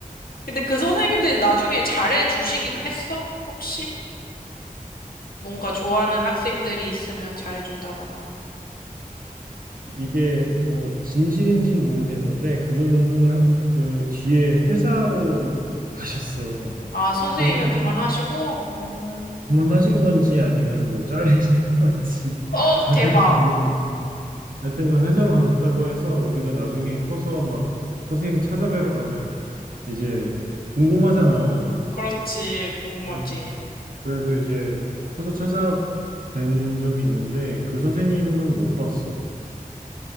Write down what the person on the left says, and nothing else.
근데 그 선생님들이 나중에 잘해주시기도 했어? 혹시? 뭔가 좋아하는 학생들이 있으면 잘해준다거나.
아, 선생님을
그만하시고, 음,
어,
대박.
그렇지. 궁금하지.